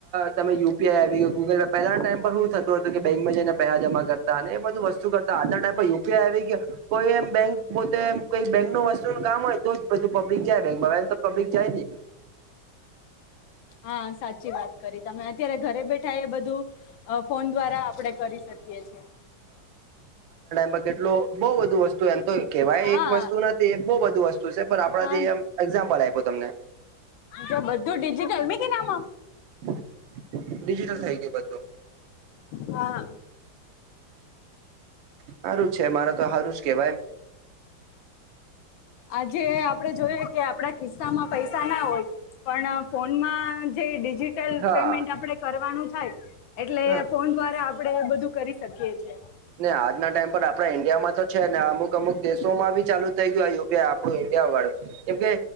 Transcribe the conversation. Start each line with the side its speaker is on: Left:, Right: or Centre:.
Right: તમે યુપીઆઈ આવી ગયો ગૂગલ પહેલા ટાઈમ શું થતો હતું કે બેંકમાં જઈને પેસા જમા કરતા અને એ બધું વસ્તુ કર આજના ટાઈમ યુપઆઈ આવી ગયા કોઈ એમ બેંક- પોતે કઈ બેંક ન વસ્તુ નું કામ હોય તો બધું પબ્લિક જાય બેંકમાં તો પબ્લિક જાય નહી.
Left: હા સાચી વાત કરી તમે અત્યારે ઘરે બેઠા એ બધું ફોન દ્વારા આપણે કરી શકીએ છીએ.
Right: ટ બહ બધુ વસ્તુ એમ કેવાય
Left: હા
Right: એક વસ્તુ નથી બહુ બધુ વસ્તુ છે પણ આપડા
Left: હા
Right: જે <unintelligible> એામ્પલ આપ્યો તમને.
Left: જો બધું ડિજિટલ મે કે નામાં
Right: <unintelligible> ડિજિટલ થઈ ગયું બધું.
Left: હા.
Right: સારું જ છે મારે તો સારું જ કેવાય.
Left: આજે આપડે જોય કે આપડા કિસ્સા માં પૈસા ના હોય પણ ફોનમાં જે ડિજિટલ
Right: હા
Left: પેમેન્ટ આપડે કરવાનું થાય એટલે
Right: હ
Left: ફોન દ્વારા આપડે એ બધું કરી. શકીએ છે
Right: ને આજના ટાઈમ પર આપડા ઈન્ડિયામાં તો. છે ને અમુક અમુક દેશોમાં બી ચાલુ થઈ ગયું યુપી આપણું ઈન્ડિયા વાળું કેમકે.